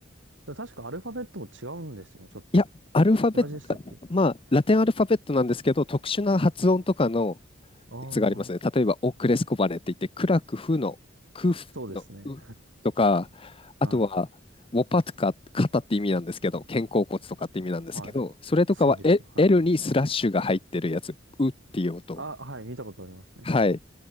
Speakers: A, on the right; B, on the left.
A: でも確かアルファベットも違うんですよね、ちょっと。
B: いや、アルファベット、
A: 同じでしたっけ
B: まあ、ラテンアルファベットなんですけど、特殊な発音とかの
A: ああー。
B: やつがありますね。例えば、オクレスコバネって言って、クラクフのクフのウとか、
A: そうですね。
B: あとは、
A: <laughs> は
B: ウォパトカ、肩って意味なんですけど、肩甲骨とかって意味なんですけど、
A: い。はい。
B: それとかはエ
A: すごいです。はい。
B: L にスラッシュが入ってるやつ、ウっていう音。
A: あ、はい。見たことありますね。
B: はい。